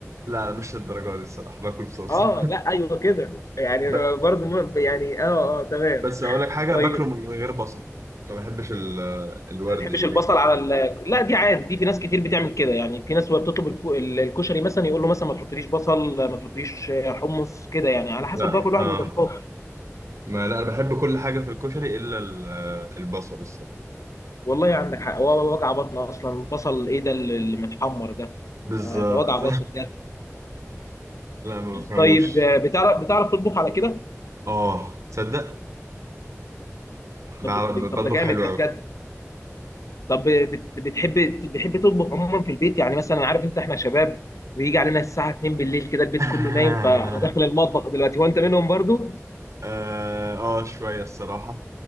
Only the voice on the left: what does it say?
اه لا ايوه كده يعني
برضه م- يعني اه اه تمام
طيب
ما بتحبش
البصل على ال... لا دي عادي دي في ناس كتير بتعمل كده يعني في ناس وهي بتطلب الفو... ال- الكشري مثلا يقول له مثلا ما تحطليش بصل ما تحطليش حمص كده يعني على حسب
بقى كل
واحد واضافاته
والله عندك حق هو وجع بطن اصلا بصل ايه ده اللي متحمر ده
آه، ده وجع بطن بجد
طيب آه، بتعرف بتعرف تطبخ على كده
طب طب
ده جامد
ده
بجد طب بت- بتحب بتحب تطبخ عموما في البيت يعني مثلا عارف انت احنا شباب بيجي علينا الساعه 2 بالليل كده البيت
كله نايم فانا داخل المطبخ دلوقتي وانت منهم برضو